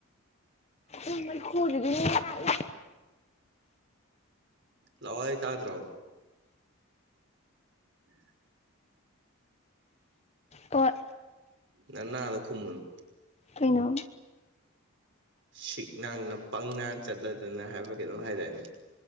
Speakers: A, on the left; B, on the right.
A: ꯎ ꯃꯩꯈꯨꯖꯤꯗꯤ ꯈꯂ
B: ꯂ‌ꯎꯋꯥꯏ ꯇꯥꯗ꯭ꯔꯣ ꯎꯝ
A: ꯑꯣ
B: ꯅꯅꯥ ꯑꯗꯣ ꯈꯨꯝꯃꯨꯅꯨ
A: ꯀꯏꯅꯣ
B: ꯁꯤꯛꯅꯥꯡꯅ ꯄꯪꯅ ꯆꯠꯂꯗꯅ ꯍꯥꯏꯕ꯭ꯔ ꯀꯩꯅ‌‌ꯣꯝ ꯍꯥꯏꯗꯥꯏꯅꯦ